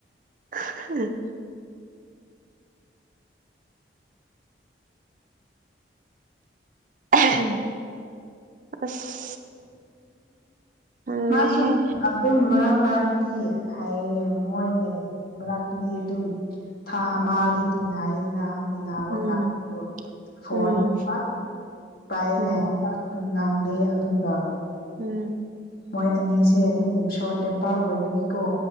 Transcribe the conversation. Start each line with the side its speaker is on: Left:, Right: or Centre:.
Right: ꯎ <inaudible> ꯑꯁ ꯇꯜꯂꯦꯍꯦ
Left: ꯃꯥꯁꯨ ꯎꯝ ꯃꯔꯛ ꯃꯔꯥꯛꯛꯇꯨꯗꯤ ꯍꯥꯏꯌꯦꯡ ꯃꯣꯏꯒ ꯃꯔꯥꯛꯛꯇꯨꯗꯤ ꯑꯗꯨꯝ ꯊꯥ ꯑꯃꯗꯤ ꯇꯤꯟꯅꯏꯗꯅ ꯇꯤꯟꯅꯑꯕ
Right: ꯎꯝ
Left: ꯀꯥꯟꯗ ꯐꯣꯟ
Right: ꯎꯝ
Left: ꯄꯥꯛ ꯄꯥꯏ
Right: ꯎꯝ
Left: ꯉꯥꯡꯗꯦ ꯑꯗꯨꯒ
Right: ꯎꯝ
Left: ꯃꯣꯏ ꯑꯅꯤꯁꯦ ꯑꯗꯨꯝ ꯁꯣꯔꯠ ꯇꯦꯝꯄꯥꯔ ꯑꯣꯏꯕꯒꯤꯀꯣ